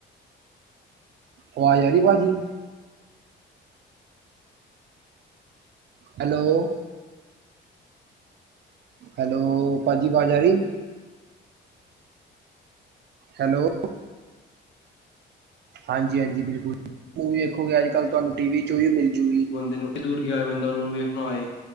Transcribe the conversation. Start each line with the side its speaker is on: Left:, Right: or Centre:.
Right: ਅਵਾਜ਼ ਆ ਰੀ ਭਾਜੀ? ਹੈਲੋ। ਹੈਲੋ, ਭਾਜੀ ਵਾਜ ਆ ਰੀ? ਹੈਲੋ ਹਾਂਜੀ-ਹਾਂਜੀ ਬਿਲਕੁਲ, ਮੂਵੀ ਵੇਖੋਗੇ ਅੱਜ-ਕੱਲ ਤੁਹਾਨੂੰ ਟੀਵੀ'ਚ ਓਵੀ ਮਿਲਜੂਗੀ।
Left: ਬੰਦੇ ਨੂੰ, ਦੂਰ ਗਿਆ ਹੋਇਆ ਬੰਦਾ ਉਹਨੂੰ ਵੇਖਣਾ ਹੋਏ।